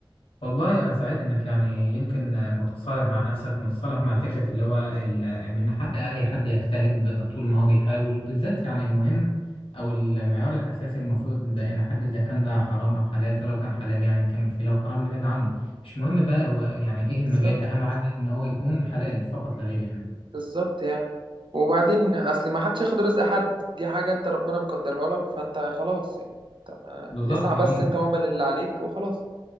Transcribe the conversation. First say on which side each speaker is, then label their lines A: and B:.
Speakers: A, on the left; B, on the right.
A: والله أنا سعيد إنك يعني يمكن آه، متصالح مع نفسك ومتصالح مع فكرة اللي هو ال- إن حق أي حد يجتهد بدل طول ما هو بيحاول وبالذات يعني المهم أو المعيار الأساسي المفروض ده يعني حد إذا كان ده حرام أو حلال فلو كان حلال يعني نكمل فيه لو حرام نبعد عنه مش مهم بقى هو يعني إيه المجال
B: بالظبط
A: أهم حاجة إن هو يكون حلال فقط لا غير يعني
B: بالظبط يعني وبعدين أصل ما حدش ياخد رزق حد دي حاجة أنت ربنا مقدرها لك فأنت خلاص يعني طب
A: بالظبط
B: اسعى
A: جميل
B: بس أنت واعمل اللي عليك وخلاص